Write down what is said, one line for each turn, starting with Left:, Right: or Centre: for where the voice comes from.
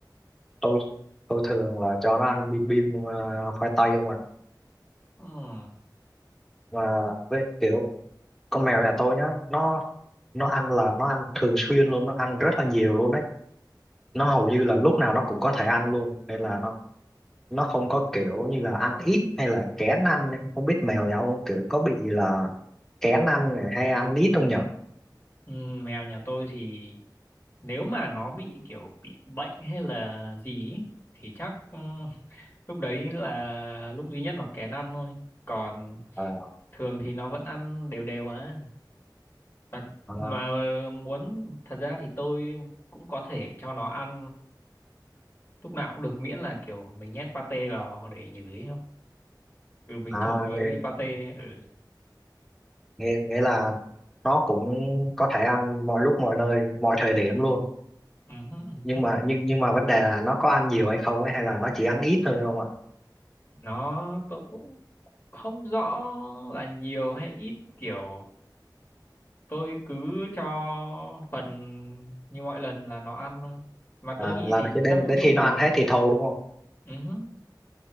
Centre: tôi tôi thường là cho nó ăn bim bim ờ, khoai tây không ạ
Left: Ừm,
Centre: mà với kiểu con mèo nhà tôi nhá nó nó ăn là nó ăn thường xuyên luôn nó ăn rất là nhiều luôn đấy nó hầu như là lúc nào nó cũng có thể ăn luôn nên là nó nó không có kiểu như là ăn ít hay là kén ăn ấy. không biết mèo nhà ông kiểu có bị là kén ăn này hay ăn ít không nhở
Left: ừm, mèo nhà tôi thì nếu mà nó bị kiểu bị bệnh hay là gì ý, thì chắc ừm, lúc đấy là lúc duy nhất nó kén ăn thôi còn
Centre: Ờ,
Left: thường thì nó vẫn ăn đều đều á mà,
Centre: ờ.
Left: mà muốn thật ra thì tôi cũng có thể cho nó ăn lúc nào cũng được miễn là kiểu mình nhét pate vào để nhử ấy không ừ mình
Centre: à,
Left: trộn với
Centre: nghe
Left: pate ừ.
Centre: nghe nghĩa là nó cũng có thể ăn mọi lúc mọi nơi mọi thời điểm luôn
Left: Ừ, hứ, ừ
Centre: nhưng
Left: hứ.
Centre: mà nhưng nhưng mà vấn đề là nó có ăn nhiều hay không ấy hay là nó chỉ ăn ít thôi không ạ
Left: nó tôi cũng không rõ là nhiều hay ít kiểu tôi cứ cho phần như mọi lần là nó ăn thôi mà
Centre: à,
Left: tôi nghĩ
Centre: là
Left: thì
Centre: khi đến
Left: chắc cũng
Centre: đến
Left: trung
Centre: khi nó
Left: bình
Centre: ăn hết thì thôi đúng không
Left: ừ. hứ.